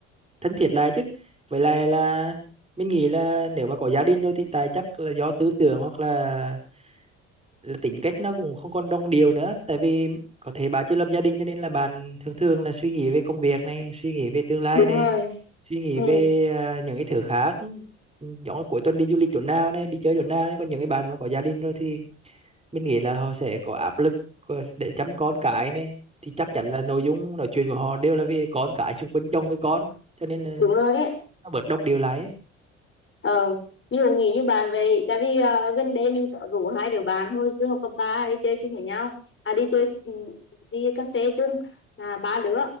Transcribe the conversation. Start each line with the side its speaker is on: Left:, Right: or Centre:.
Right: thân thiết lại chứ với lại là mình nghĩ là nếu mà có gia đình rồi thì tại chắc là do tư tưởng hoặc là là tính cách nó cũng không còn đồng điệu nữa tại vì có thể bà chưa lập gia đình cho nên là bạn thường thường là suy nghĩ về công việc này suy nghĩ về tương lai
Left: đúng
Right: này
Left: rồi
Right: suy nghĩ
Left: ừ
Right: về à, những cái thứ khác Ừ, giống như cuối tuần đi du lịch chỗ nào này đi chơi chỗ nào này còn những cái bạn mà có gia đình rồi thì mình nghĩ là họ sẽ có áp lực của- để chăm con cái này thì chắc chắn là nội dung nói chuyện của họ đều là về con cái xung quanh chồng với con cho nên là
Left: đúng rồi đấy
Right: nó bớt đồng điệu lại ấy.
Left: ờ mình cũng nghĩ như bạn vậy tại vì ờ, gần đây mình có rủ hai đứa bạn hồi xưa học cấp ba đi chơi chung với nhau à đi chơi ừ, đi cà phê chung là ba đứa